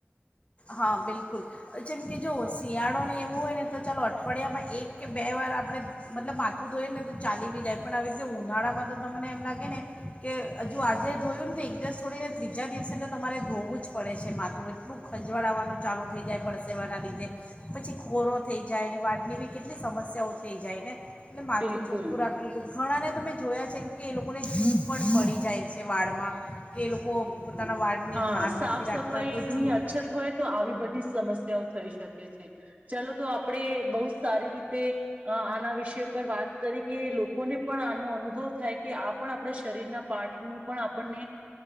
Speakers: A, on the left (about 30°); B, on the right (about 35°).
A: હા બિલકુલ જેમ કે જો શિયાળોને એવું હોય ને તો ચાલો અઠવાડિયામાં એક કે બે વાર આપણે મતલબ માથું ધોય ને તો ચાલી બી જાય પણ આવી રીતે ઉનાળામાં તો તમને એમ લાગે ને કે હજુ આજે ધોયું ને તો દિવસ થોડીને ત્રીજા દિવસે તો તમારે ધોવું જ પડે છે માથું એટલું ખંજવાળ આવવાનું ચાલુ થઈ જાય પરસેવાના લીધે પછી ખોડો થઈ જાય ને વાળની બી કેટલી સમસ્યાઓ થઈ જાય ને એટલે માથું
B: બિલકુલ
A: ચોખ્ખું રાખ ઘણા ને તો મે જોયા છે કે એ લોકોને <unintelligible> પડી જાય છે વાળમાં કે એ લોકો
B: બિલકુલ
A: પોતાના વાળની
B: હા
A: ધ્યાન
B: સાફ
A: નથી
B: સફાઈની
A: રાખતા તો છું
B: અછત હોય તો આવી બધી સમસ્યાઓ થઈ શકે છે. ચલો તો આપડે બહુ સારી રીતે હં આના વિષય પર વાત કરી કે લોકોને પણ આનો અનુભવ થાય કે આ આપણા શરીરના પાર્ટ પણ આપણને